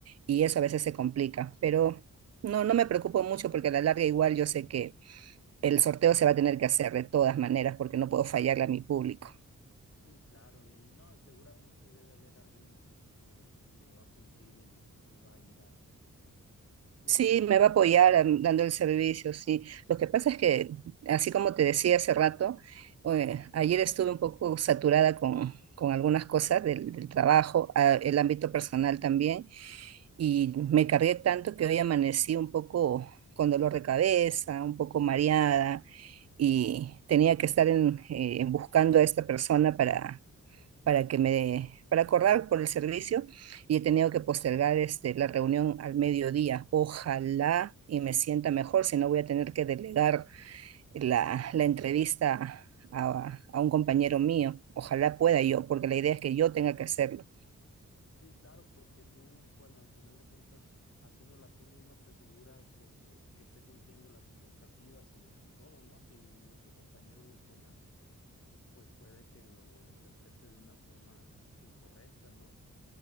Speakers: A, on the right; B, on the left.
A: y eso a veces se complica. Pero no, no me preocupo mucho porque a la larga igual yo sé que el sorteo se va a tener que hacer de todas maneras porque no puedo fallarle a mi público.
B: Sí, claro, y no, seguramente debe haber alguno, ¿no? Que, que va a cumplir y, y va a ir a, digo,
A: Sí,
B: que,
A: me
B: que
A: va
B: lo
A: a
B: vas
A: apoyar
B: a poder conseguir.
A: am- dando el servicio, sí. Lo que pasa es que, así como te decía hace rato, eh, ayer estuve un poco saturada con, con algunas cosas del, del trabajo, a- el ámbito personal también, y me cargué tanto que hoy amanecí un poco con dolor de cabeza, un poco mareada, y tenía que estar en, eh, buscando a esta persona para que me, para acordar por el servicio y he tenido que postergar este, la reunión al mediodía. Ojalá y me sienta mejor, si no voy a tener que delegar la, la entrevista a, a un compañero mío. Ojalá pueda yo, porque la idea es que yo tenga que hacerlo.
B: Sí, claro, porque tú, bueno, al final de cuentas, haciéndola tú misma te aseguras de que esté cumpliendo las expectativas y, o- y todo, ¿no? Si otro compañero lo toma, pues puede que lo interprete de una forma incorrecta, ¿no?